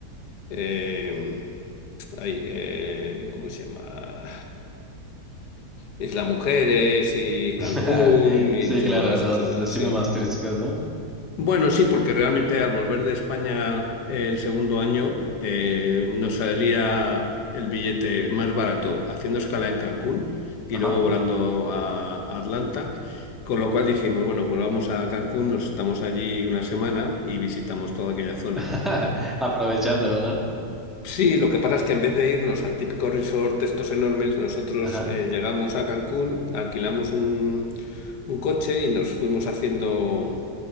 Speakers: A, on the left (about 80°); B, in the centre.
A: eh, ahí, eh, ¿cómo se llama? Isla Mujeres y
B: <laughs>
A: Cancún y
B: Sí,
A: toda
B: claro,
A: esa
B: los
A: zona,
B: destinos
A: sí.
B: más turísticos, ¿no?
A: Bueno, sí, porque realmente al volver de España eh, el segundo año eh, nos salía el billete más barato haciendo escala en Cancún y
B: Ajá.
A: luego volando a a Atlanta, con lo cual dijimos, bueno, pues vamos a Cancún, nos estamos allí una semana y visitamos toda aquella zona.
B: <laughs> Aprovechando, ¿no?
A: Sí, lo que pasa es que en vez de irnos al típico resort de estos enormes, nosotros
B: Ajá.
A: eh, llegamos a Cancún, alquilamos un, un coche y nos fuimos haciendo,